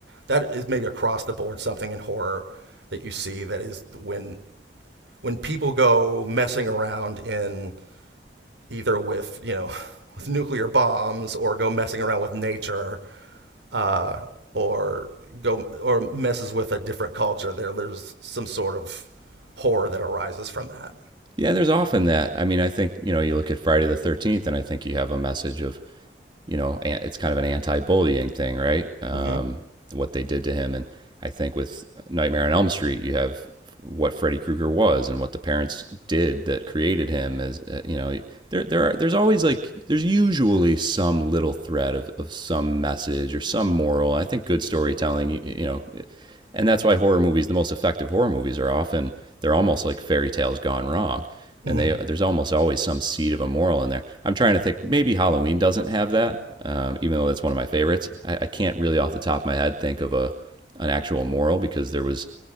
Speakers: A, on the right; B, on the right.
A: that is maybe across the board something in horror that you see that is when when people go messing around in either with you know <laughs> with nuclear bombs or go messing around with nature uh, or go or messes with a different culture there there's some sort of horror that arises from that
B: Yeah, there's often that. I mean, I think you know you look at Friday the Thirteenth, and I think you have a message of you know, it's kind of an anti-bullying thing, right? Um,
A: mm-hmm.
B: what they did to him, and I think with Nightmare on Elm Street, you have what Freddy Krueger was and what the parents did that created him. As uh, you know, there there are there's always like there's usually some little thread of, of some message or some moral. I think good storytelling, you, you know, and that's why horror movies, the most effective horror movies, are often they're almost like fairy tales gone wrong,
A: Mm-hmm.
B: and they there's almost always some seed of a moral in there. I'm trying to think maybe Halloween doesn't have that, um, even though that's one of my favorites. I, I can't really off the top of my head think of a an actual moral because there was